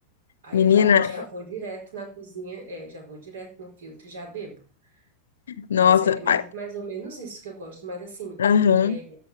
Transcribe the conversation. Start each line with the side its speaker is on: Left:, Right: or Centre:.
Right: aí
Left: Menina,
Right: eu já, <laughs> já vou direto na cozinha, é, já vou direto no filtro e já bebo. Mas
Left: nossa,
Right: é mais,
Left: ai,
Right: mais ou menos isso que eu gosto. Mas assim,
Left: aham,
Right: é,